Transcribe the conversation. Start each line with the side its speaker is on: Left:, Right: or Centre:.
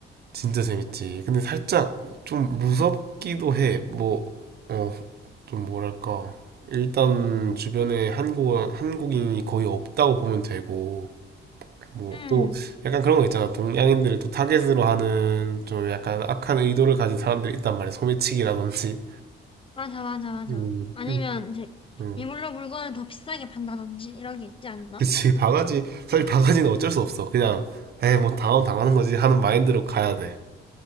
Right: 진짜 재밌지. 근데 살짝 좀 무섭기도 해. 뭐, 어, 좀 뭐랄까. 일단 주변에 한국, 한국인이 거의 없다고 보면 되고, 뭐,
Left: 응,
Right: 또 약간 그런 거 있잖아. 동양인들을 또 타겟으로 하는 좀 약간 악한 의도를 가진 사람들이 있단 말이야. 소매치기라든지.
Left: 맞아, 맞아, 맞아.
Right: 음,
Left: 아니면
Right: 음,
Left: 이제
Right: 음.
Left: 이걸로 물건을 더 비싸게 판다든지 이런 게 있지 않나?
Right: 그치. 바가지, 사실 바가지는 어쩔 수 없어. 그냥, 에이, 뭐, 당하면 당하는 거지 하는 마인드로 가야 돼.